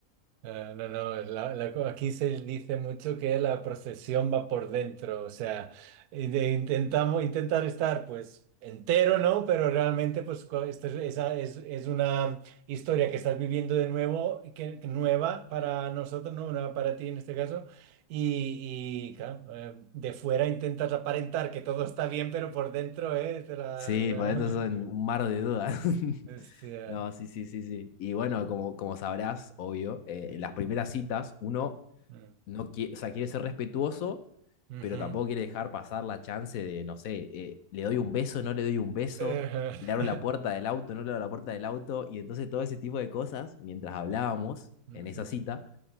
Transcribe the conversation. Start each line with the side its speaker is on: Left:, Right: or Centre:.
Right: Eh, no, no, la- la- co- aquí se dice mucho que la procesión va por dentro, o sea, y de- intentamos intentar estar pues entero, ¿no? Pero realmente pues cua- esto es, esa es, es una historia que estás viviendo de nuevo, y que, que nueva para nosotros, ¿no? Nueva para ti en este caso. Y, y, claro, eh, de fuera intentas aparentar que todo está bien, pero por dentro, ¿eh? te la-
Left: Sí,
Right: la-
Left: por eso son un mar de dudas. <laughs>
Right: <laughs> Hostia.
Left: No, sí, sí, sí, sí. Y bueno, como, como sabrás, obvio, eh,
Right: sí.
Left: en las primeras citas uno
Right: Mm.
Left: no quiere, o sea, quiere ser respetuoso,
Right: Ujú.
Left: pero tampoco quiere dejar pasar la chance de, no sé, eh, le doy un beso, no le doy un beso,
Right: <laughs>
Left: le abro la puerta del auto, no le abro la puerta del auto, y entonces todo ese tipo de cosas, mientras hablábamos
Right: Ujú.
Left: en esa cita,